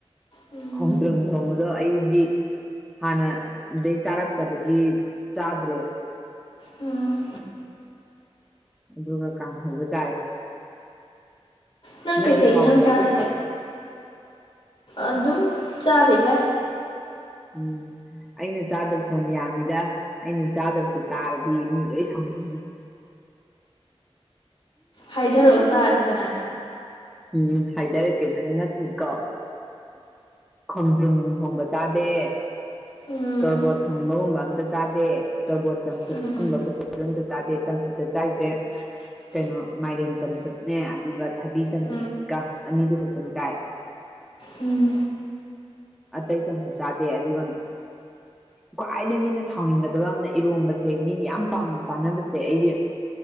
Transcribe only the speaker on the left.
ꯎꯝ
ꯎꯝ
ꯅꯪ
ꯀꯩꯀꯩ
ꯏꯟꯊꯥꯡ ꯆꯥꯗꯒꯦ ꯑꯗꯨꯝ ꯆꯥꯕ ꯌꯥꯏ
ꯍꯥꯏꯊꯔꯛꯑꯣ ꯇꯥꯁꯤꯗꯅ
ꯎꯝ
ꯎꯝ
<unintelligible>
ꯎꯝ
ꯎꯝꯝ